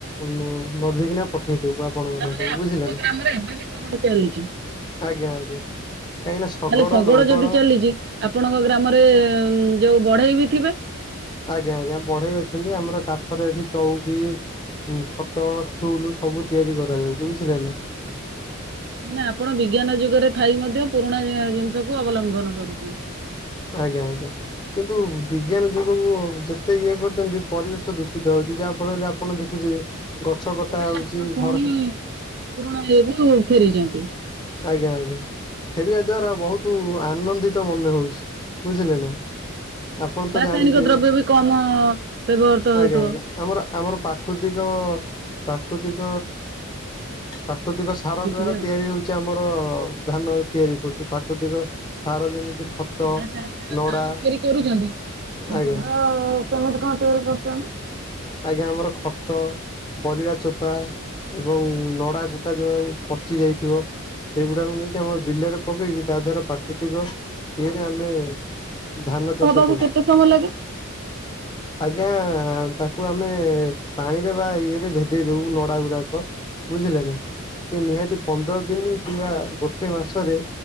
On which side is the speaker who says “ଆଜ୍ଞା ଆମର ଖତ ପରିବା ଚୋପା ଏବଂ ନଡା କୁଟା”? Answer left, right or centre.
Left